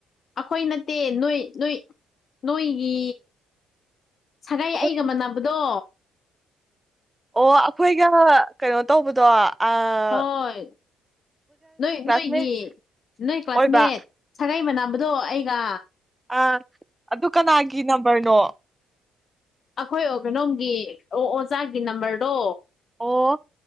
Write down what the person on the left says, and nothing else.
ꯑꯩꯈꯣꯏ ꯅꯠꯇꯦ ꯅꯣꯏ ꯅꯣꯏ ꯅꯣꯏꯒꯤ ꯁꯒꯥꯏ
ꯑꯩꯒ ꯃꯥꯟꯅꯕꯗꯣ
ꯍꯣꯏ ꯅꯣꯏ
ꯅꯣꯏꯒꯤ ꯅꯣꯏ ꯀ꯭ꯂꯥꯁꯃꯦꯠ
ꯁꯥꯒꯩ ꯃꯅꯥꯕꯗꯣ ꯑꯩꯒ
ꯑꯩꯈꯣꯏ ꯑꯣ ꯀꯩꯅꯣꯝꯒꯤ ꯑꯣ ꯑꯣꯖꯥꯒꯤ ꯅꯝꯕꯔꯗꯣ